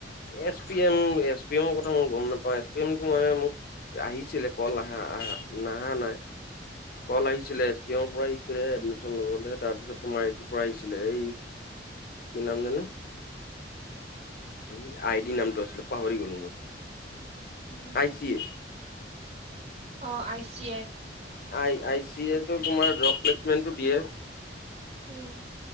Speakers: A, on the left; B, on the right.
A: S P M S P এমৰ কথা মই গম নাপাওঁ এছ পি এমটো মানে মোক আহিছিলে কল আহে আহে নহা নহয় কল আহিছিলে এছ পি এমৰ পৰা আহিছিলে এডমিচন লবলে তাৰপিছত তোমাৰ এইটোৰ পৰা আহিছিলে এই কি নাম জানো এই আই ডি নামটো আছিলে পাহৰি গলো মই
B: উম।
A: আই চি এ
B: অ I C A
A: I I C A তো তোমাৰ ড্ৰপ ৰিকোৱেনটো দিয়ে
B: উম